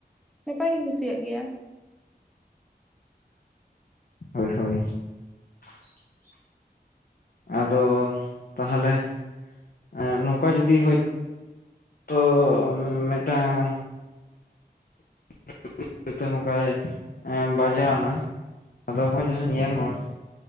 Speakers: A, in the centre; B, on the left (about 60°).
A: ᱱᱟᱯᱟᱭ ᱜᱤᱧ ᱠᱩᱥᱤᱭᱟᱜ ᱜᱮᱭᱟ ᱾
B: ᱦᱳᱭ ᱦᱳᱭ ᱾ ᱟᱫᱚ ᱛᱟᱦᱚᱞᱮ ᱮᱸᱜ ᱱᱚᱝᱠᱟ ᱡᱩᱫᱤ ᱦᱳᱭ ᱛᱳ ᱢᱮᱫᱴᱟᱝ <inaudible> ᱦᱚᱭᱛᱚ ᱱᱚᱝᱠᱟᱭ ᱮᱸᱭ ᱵᱟᱡᱟᱣ ᱱᱟ ᱟᱫᱚ ᱦᱚᱸᱭ ᱡᱟᱦᱟᱸ ᱧᱮᱞ ᱦᱚᱲ